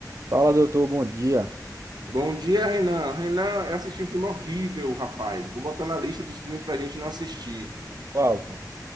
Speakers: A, on the right (about 45°); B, on the right (about 75°).
A: Fala, doutor, bom dia.
B: Bom dia, Renan. Renan, eu assisti um filme horrível, rapaz. Vou botar na lista dos filmes pra gente não assistir.
A: Qual, pô?